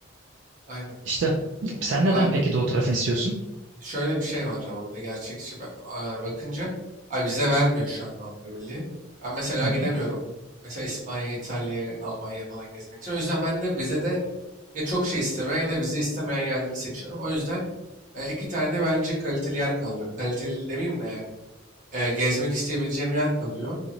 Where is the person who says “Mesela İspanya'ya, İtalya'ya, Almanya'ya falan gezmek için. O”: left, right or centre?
Right